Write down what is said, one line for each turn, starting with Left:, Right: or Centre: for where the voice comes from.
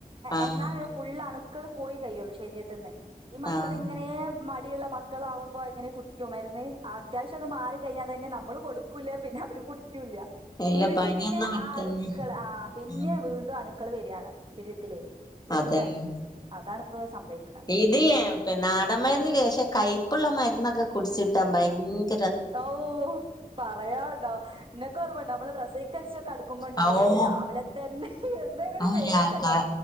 Left: ആഹ്
Right: എന്നാലുള്ളൂ ഫുള്ള് അണുക്കള് പോയി കയ്യുള്ളു ശരീരത്തിന്ന്. ഈ മക്കള്
Left: ആഹ്
Right: ഇങ്ങനേ മടിയുള്ള മക്കളാവ്മ്പൊ എങ്ങനെ കുടിക്കോ മര്ന്ന് അത്യാവശ്യം അത് മാറി. പിന്നെ അതന്നെ നമ്മള് കൊട്ക്കുല്ല. പിന്നെ അവര് കുടിക്കൂല്ല.
Left: ഇല്ല
Right: വീണ്ടും
Left: പനിയൊന്നും
Right: പിന്നെ
Left: വിട്ടന്നെ
Right: ആ അണുക്കള് ആഹ് പിന്നെ.
Left: ആ
Right: വീണ്ടും അണുക്കള് വരാണ് ശരീരത്തിലേ വീണ്ടും
Left: അതന്നെ
Right: പനിക്കും. അതാണ്പ്പൊ സംഭവിക്ക്‌ണെ
Left: ഇതില്ലേ പ്പ നാടൻ മര്ന്നില്ലേ ശ്ശെ കൈപ്പ്ള്ള മര്ന്നൊക്കെ കുട്ച്ച് കിട്ടാൻ ഭയങ്ക
Right: ഓഹ് പറയാണ്ടോ ഇങ്ങക്കോർമ്മണ്ടോ നമ്മള് പ്രസവിച്ചേഷം കട് ക്കുമ്പോ ഇണ്ടാവും
Left: ആ ഓ
Right: ഒരു രാവിലെ തെന്നെ എന്താ അയിനൊരു
Left: ആ
Right: പേരിണ്ടല്ലോ
Left: ഒരു ആ ക